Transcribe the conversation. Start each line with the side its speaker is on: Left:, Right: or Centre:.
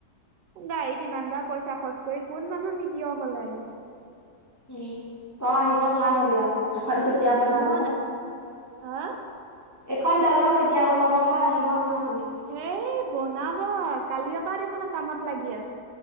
Right: গাড়ীত ইমান দাৰ পইচা খৰচ কৰি কোন মানুহৰ মিতি হলে আহিব
Left: উম তই আহিব নোৱাৰা হলি অ এখন কেতিয়া বনাব
Right: মন
Left: বা
Right: হা
Left: এখন দালং কেতিয়া বনাব পৰা আহিব নোৱাৰা হলে
Right: হেই বনাব কালিপা দেখোন কামত লাগি আছে